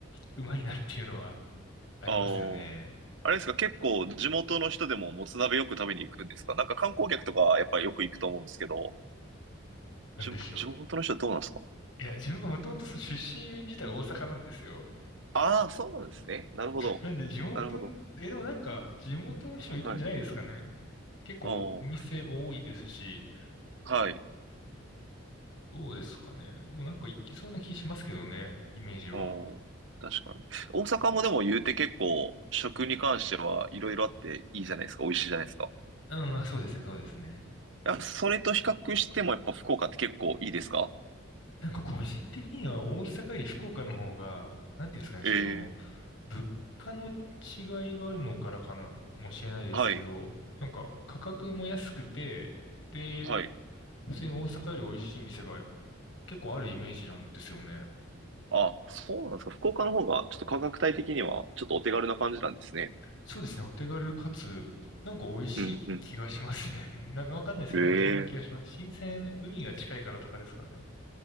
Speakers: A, on the left; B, on the right.
A: うまいなっていうのはありますよね。
B: ああ、あれですか、結構地元の人でももつ鍋よく食べに行くんですかなんか観光客とかやっぱりよく行くと思うんですけど、
A: なんでしょ
B: 地、地元の人はどうなんですか
A: う。いや、自分がもともとその出身自体大阪なんですよ。
B: ああそうなんですね。なるほど。
A: なんで地元、
B: なるほど。
A: え、でもなんか、地元の人も行くんじゃないですかね。
B: はい。
A: 結構お店多いですし、
B: ああ、はい。
A: どうですかね。でもなんか行きそうな気しますけどね、イメージは。
B: うん確かに。大阪もでも言うて結構食に関してはいろいろあっていいじゃないですか。美味しいじゃないですか。
A: うん、まあそうですね、そうですね。
B: いや、それと比較してもやっぱ福岡って結構いいですか
A: なんか個人的には大阪より福岡の方が、なんていうんですかね、
B: ええ
A: その、物価の違いがあるのからかな、もしれないですけど、
B: はい、
A: なんか価格も安くて、で、
B: はい。
A: 普通に大阪より美味しい店が結構あるイメージなんですよね。
B: あ、そうなんですか。福岡の方がちょっと価格帯的にはちょっとお手軽な感じなんですね。
A: そうですね。お手軽かつ、なんか美味しい気がしますね。
B: うん、うん。
A: <laughs> な、わかんないですけど、
B: ええ
A: なんかそんな気がします。新鮮、海が近いからとかですかね。